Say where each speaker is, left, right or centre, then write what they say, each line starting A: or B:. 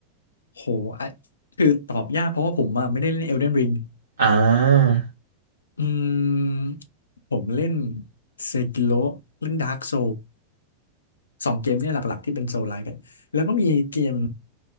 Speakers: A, on the left (about 75°); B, on the right (about 70°).
A: โหอ่ะคือตอบยากเพราะว่าผมอะไม่ได้เล่น Elden Ring
B: อ่า
A: อืมผมเล่นเซกิโ o เล่นดาร์กโซสองเกมเนี่ยหลักๆที่เป็นโซลไลค์แล้วก็มีเกม